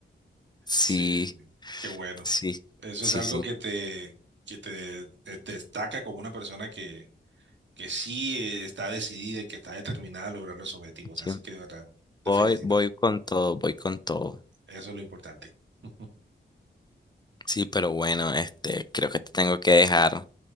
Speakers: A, on the left; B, on the right.
A: Sí,
B: Sí, qué bueno.
A: sí,
B: Eso
A: sí,
B: es algo
A: sí.
B: que te, que te, te- te destaca como una persona que, que sí eh, está decidida y que está determinada a lograr los objetivos.
A: sí.
B: Así que de verdad, te
A: Voy,
B: felicito.
A: voy con todo, voy con todo.
B: Eso es lo importante. <laughs>
A: Sí, pero bueno, este, creo que te tengo que dejar.